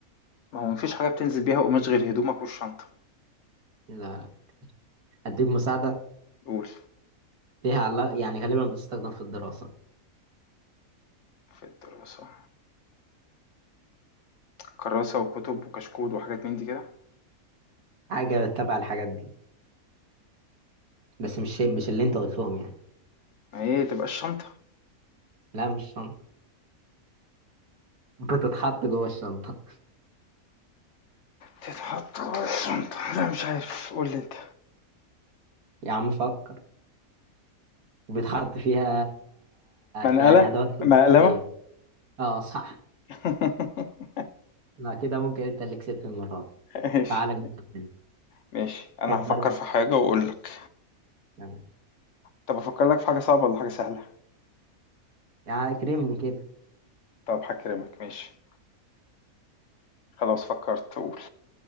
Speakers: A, on the left; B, on the right.
A: ما هو مفيش حاجة بتنزل بيها قماش غير هدومك والشنطة
B: لا لا أديك مساعدة
A: قول
B: ليها علاقة يعني غالبا بتستخدم في الدراسة
A: في الدراسة كراسة وكتب وكشكول وحاجات من دي كده
B: حاجة تبع الحاجات دي بس مش شيء- مش اللي أنت قلتهم يعني
A: ما هي تبقى الشنطة
B: لا مش شنطة بتتحط جوه الشنطة
A: تتحط جوه الشنطة لا مش عارف قول لي انت
B: يا عم فكر بيتحط فيها
A: منقلة
B: يعني أدوات الكلية
A: مقلمة
B: اه صح
A: <laughs>
B: لا كده ممكن أنت اللي كسبت المرة دي
A: ماشي
B: تعالى جنبك
A: ماشي انا
B: فكر
A: هفكر في حاجة واقول لك
B: يعني
A: طب افكر لك في حاجة صعبة ولا حاجة سهلة
B: يعني كرمني كده
A: طب هكرمك ماشي خلاص فكرت قول